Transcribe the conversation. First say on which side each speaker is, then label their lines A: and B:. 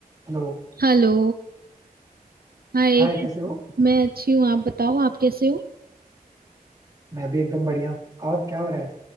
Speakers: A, on the right; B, on the right.
A: Hello
B: Hello Hi
A: Hi
B: कैसे
A: कैसे हो
B: मैं अच्छी हूँ आप बताओ आप कैसे हो
A: मैं भी एकदम बढ़िया और क्या हो रहा है